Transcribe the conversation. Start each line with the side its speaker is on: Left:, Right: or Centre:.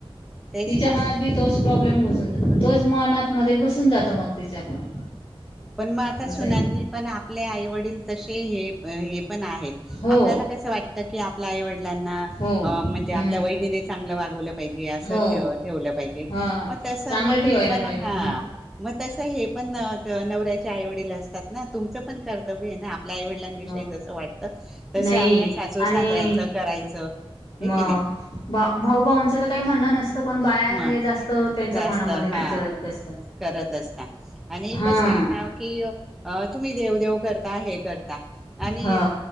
Centre: तेच
Left: तिच्या
Centre: ना
Left: मनात बी तोच प्रॉब्लेम घसून जातो तोच मनात मध्ये घसून जातो. मग तिच्याकडून
Centre: पण मग आता
Left: असंही
Centre: सुनांनी पण आपले आईवडील तसे ते हे हे पण आहेत.
Left: हो
Centre: आपल्या कसं वाटतं की आपल्या आवडलांना
Left: हो
Centre: म्हणजे
Left: हम्म
Centre: आपल्या वहिनीनेच चांगलं वागवलं पाहिजे असं
Left: हो
Centre: ठ ठेवलं पाहिजे
Left: हा
Centre: मग तस
Left: चांगलं
Centre: मग
Left: ठेवायला
Centre: हे पण
Left: पाहिजे
Centre: हा.
Left: मग
Centre: मग तसं हे पण नवऱ्याच्या आईवडील असतात ना तुमचं पण कर्तव्य आहे ना आपल्या आईवडिलांविषयी
Left: मग
Centre: जसं वाटतं तस
Left: नाही
Centre: आपल्या सासू
Left: आणि
Centre: सासऱ्यांचं करायचं. हे
Left: मग
Centre: की नाही
Left: भा भाऊ भाऊंचं तर काही म्हणणं नसतं पण बाया
Centre: मग
Left: हे जास्त त्यांच्या
Centre: जास्त
Left: मनामध्ये
Centre: हा
Left: चरक असतात.
Centre: करत असता आणि
Left: हा.
Centre: कस आहे ना की तुम्ही देव देेव करता हे करता आणि
Left: हा